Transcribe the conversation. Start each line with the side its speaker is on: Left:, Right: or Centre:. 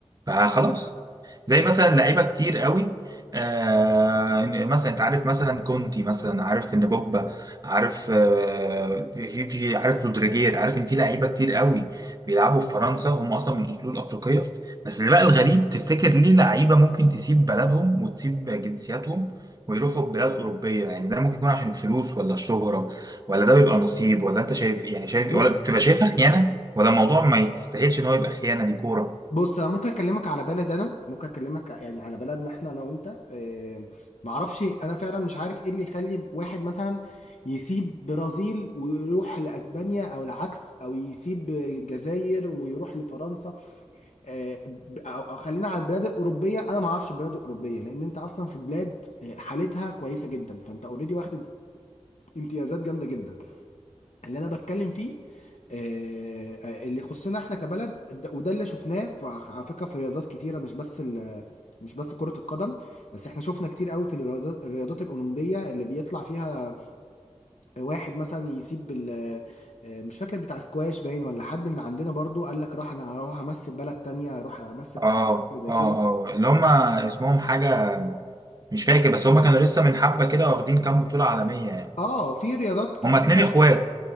Right: فخلاص زي مثلا لعيبه كتير قوي آه مثلا انت عارف مثلا كونتي مثلا عارف ان بوبا عارف آه في في عارف رودريجير عارف ان في لعيبه كتير قوي بيلعبوا في فرنسا هم اصلا من اصول افريقيه بس اللي بقى الغريب تفتكر ليه لعيبه ممكن تسيب بلدهم وتسيب جنسياتهم ويروحوا بلاد اوروبيه يعني ده ممكن يكون عشان الفلوس ولا الشهره ولا ده بيبقى نصيب ولا انت شايف يعني شايف
Left: بص
Right: ولا بتبقى شايفها خيانه ولا الموضوع ما يستاهلش ان هو يبقى خيانه دي كوره
Left: بص انا ممكن اكلمك على بلد انا ممكن اكلمك يعني على بلدنا احنا انا وانت آه، معرفش انا فعلا مش عارف ايه اللي يخلي واحد مثلا يسيب برازيل ويروح لاسبانيا او العكس او يسيب الجزائر ويروح لفرنسا آه، او أو خلينا على البلاد الاوروبيه انا ما اعرفش البلاد الاوروبيه لان انت اصلا في بلاد آه، حالتها كويسه جدا فانت اوريدي واخد امت- امتيازات جامده جدا اللي انا بتكلم فيه آه، آه، اللي يخصنا احنا كبلد ده- وده اللي شفناه في- على فكره في رياضات كتيره مش بس ال مش بس كرة القدم بس احنا شفنا كتير قوي في الرياضات الرياضات الأولمبية اللي بيطلع فيها واحد مثلا يسيب ال آه، مش فاكر بتاع سكواش باين ولا حد من عندنا برضو قال لك راح انا هروح امثل بلد تانية اروح امثل امريكا
Right: اه
Left: زي
Right: اه
Left: كده
Right: اه اللي هم اسمهم حاجة مش فاكر بس هم كانوا لسه من حبة كده واخدين كام بطولة عالمية يعني
Left: اه في رياضات كتيرة
Right: هم اتنين اخوات